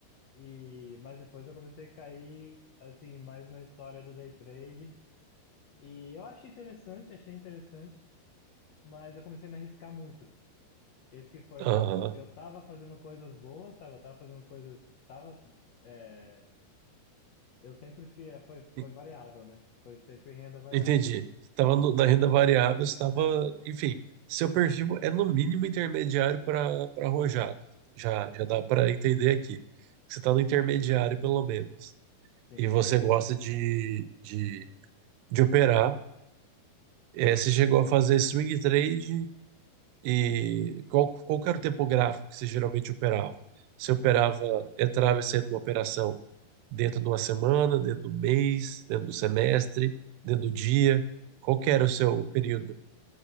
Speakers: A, on the left; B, on the right.
A: E mas depois eu comecei a cair assim mais na história do day trade e eu achei interessante, achei interessante, mas eu comecei a me arriscar muito. Esse que foi
B: Aham,
A: meu, eu tava fazendo coisas boas, tava, eu tava fazendo coisas, tava é, Eu sempre fui, é, foi, foi
B: en-
A: variável, né? Foi sempre renda variável.
B: entendi. Você estava na renda variável, estava,
A: É,
B: enfim, seu perfil é no mínimo intermediário para para arrojado. Já, já dá para entender aqui, que você está no intermediário pelo menos.
A: sim,
B: e você
A: é.
B: gosta de, de, de operar. É, você chegou a fazer swing trade e qual, qual que era o tempo gráfico que você geralmente operava? Você operava, entrava e saía de uma operação dentro de uma semana, dentro do mês, dentro do semestre, dentro do dia? Qual
A: Eu,
B: que era o seu período?